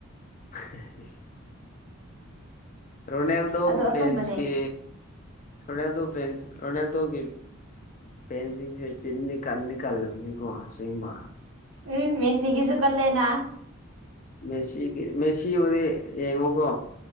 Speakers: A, on the left; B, on the right.
A: <inaudible> ꯔꯣꯅꯦꯜꯗꯣꯒꯤ
B: ꯑꯗꯣ ꯑꯆꯨꯝꯕꯅꯦ
A: ꯐꯦꯟꯁꯀꯤ ꯔꯣꯅꯦꯜꯗꯣ ꯐꯦꯟꯁ ꯔꯣꯅꯦꯜꯗꯣꯒꯤ ꯄꯦꯟꯁꯤꯡꯁꯦ ꯆꯤꯅꯤ ꯀꯟꯅꯤ ꯀꯜꯂꯕꯅꯤꯀꯣ ꯁꯤꯒꯤꯡꯕ
B: ꯎꯝ ꯃꯦ ꯁꯤꯒꯤꯁꯨ ꯀꯜꯂꯦꯅꯥ
A: ꯃꯦꯁꯤꯒꯤ ꯃꯦꯁꯤꯕꯨꯗꯤ ꯌꯦꯡꯉꯨꯀꯣ